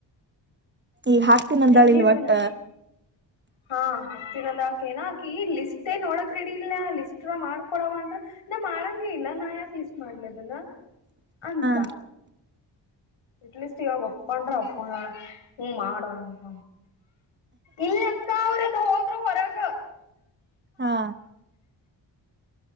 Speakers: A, on the right; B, on the left.
A: ಈಗ ಹಾಕ್ತೀನ ಅಂದಾಳ
B: ಹೆಂಗಿದ್ರು
A: ಇಲ್ ಒಟ್ಟ
B: ನಾನ ಹಾ ಹ ಂದಕ ಏನಕ ಈ ಲಿಸ್ಟ್ ನ್ ನೋಡಕ್ ರೆಡಿ ಇಲ್ಲ ಲಿಸ್ಟ್ ಮಾಡ್ಕೊಡವ ಅಂತ ನ ಮಾಡ ಇಲ್ಲ ನಾ ಯಾಕೆ ಲಿಸ್ಟ್ ಮಾಡ್ಲದನ್ನ ಅಂತ
A: ಹಾ
B: ಎಟ್ಲೀಸ್ಟ್ ಇವಾಗ ಒಪ್ಕೊಂಡ್ರ ಒಕೊಂಡ ಹ್ಮ ಮಾಡುವ ಅಂತ ಇಲ್ಲಕ್ಕ ಅವ್ರದು ಹೋದ್ರು ಹೊರಗ
A: ಹಾ